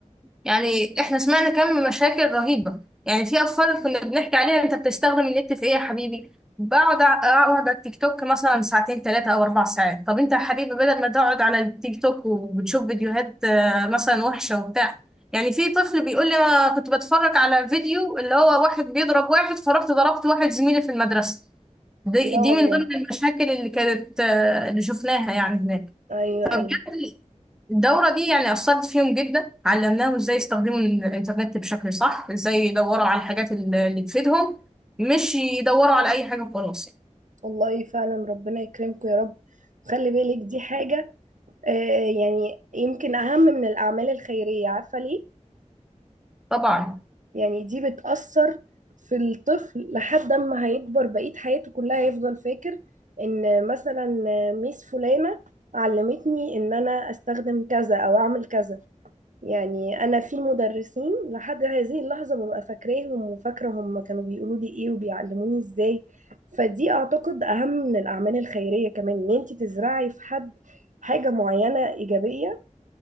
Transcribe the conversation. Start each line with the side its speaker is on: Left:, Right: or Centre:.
Centre: يعني احنا سمعنا كم مشاكل رهيبه يعني في اطفال كنا بنحكي عليها انت بتستخدم النت في ايه يا حبيبي بقعد ع- اقعد على التيك توك مثلا ساعتين ثلاثه او اربع ساعات طب انت يا حبيبي بدل ما تقعد على التيك توك وبتشوف فيديوهات آه، مثلا وحشه وبتاع يعني في طفل بيقول لي انا كنت بتفرج على فيديو اللي هو واحد بيضرب واحد فرحت ضربت واحد زميلي في المدرسه دي
Right: لا
Centre: دي
Right: والله
Centre: من ضمن المشاكل اللي كانت آه، اللي شفناها يعني
Right: ايوه
Centre: هناك
Right: ايوه
Centre: الدورة دي يعني أثرت فيهم جدا علمناهم إزاي يستخدموا الإنترنت بشكل صح إزاي يدوروا على الحاجات اللي اللي تفيدهم مش يدوروا على أي حاجة وخلاص
Right: والله فعلا ربنا يكرمكم يا رب خلي بالك دي حاجة آه، يعني يمكن أهم من الأعمال الخيرية عارفة ليه؟
Centre: طبعا
Right: يعني دي بتأثر في الطفل لحد ما هيكبر بقية حياته كلها هيفضل فاكر ان مثلا ميس فلانة علمتني ان انا استخدم كذا او اعمل كذا يعني انا في مدرسين لحد هذه اللحظة ببقى فاكراهم وفاكرة هم كانوا بيقولوا لي ايه وبيعلموني ازاي فدي اعتقد اهم من الاعمال الخيرية كمان ان انت تزرعي في حد حاجة معينة ايجابية